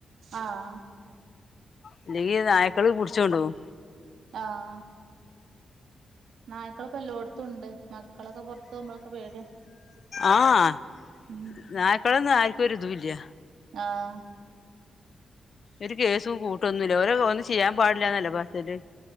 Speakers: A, on the right; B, on the left.
A: ആഹ്
B: ഇ ല്ലെങ്കി നായ്ക്കള് പു ടിച്ച് കൊണ്ടകും
A: ആഹ് നായ്ക്കളൊപ്പൊ എല്ലാട് ത്തും ഉണ്ട് മക്കളൊക്കെ പുറത്തു പോകുമ്പോക്കെ പേടിയാ
B: ആഹ്
A: ഉം
B: നായക്കളൊന്നും ആര് ക്കും ഒരു തൂ ല്ല
A: ആഹ്
B: ഒരു കേസും കൂട്ടൊന്നുല്ല ഓരെ ഒന്നും ചീ യ്യാൻ പാടില്ലാ ന്ന ല്ലെ പറ യ ല്